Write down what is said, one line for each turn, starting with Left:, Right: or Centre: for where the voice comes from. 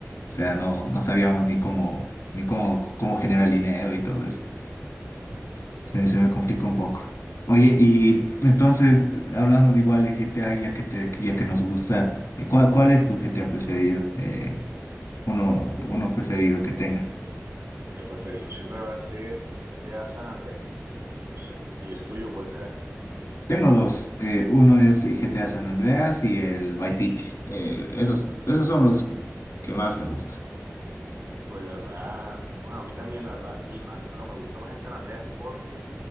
Left: O sea, no, no sabíamos ni cómo, ni cómo, cómo generar dinero y todo eso. Se, se me complica un poco. Oye, y entonces, hablando de igual de GTA, ya que te, ya que nos gusta, eh, ¿cuál, cuál es tu GTA preferido? Eh, uno,
Right: Uf,
Left: uno preferido
Right: pues,
Left: que tengas.
Right: pues el preferido siempre va a ser G T a San Andrés. No sé. ¿Y el tuyo cuál será?
Left: Tengo dos. Eh, uno es eh, GTA San Andreas y el Vice City. Eh, esos, esos son los que más me gustan.
Right: Pues la verdad, bueno, a mí también, la verdad, y más, pero me gusta más el San Andreas porque,